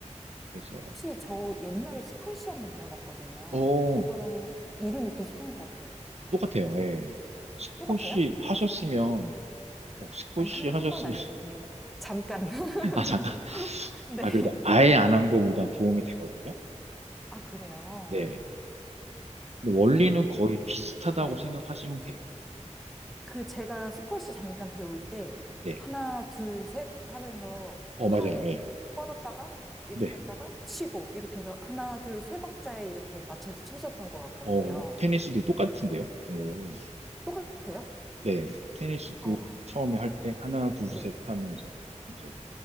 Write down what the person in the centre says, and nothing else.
혹시 저 옛날에 스쿼시 한번 배워봤거든요.
그거랑 이름이 비슷한 것 같아요.
똑같아요?
아니, 한,
한 건 아니고 그냥 잠깐.
<laughs> 네.
아, 그래요?
이,
네.
그 제가 스쿼시 잠깐 배울 때
하나, 둘, 셋 하면서
팔
뻗었다가 이렇게
했다가 치고 이렇게 해서 하나, 둘, 세 박자에 이렇게 맞춰서 쳤었던 것 같거든요.
똑같아요?
아,
네.